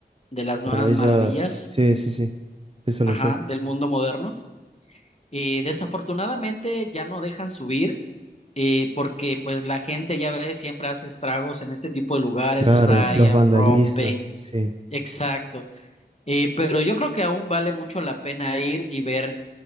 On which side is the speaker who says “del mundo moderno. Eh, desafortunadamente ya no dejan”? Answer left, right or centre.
Left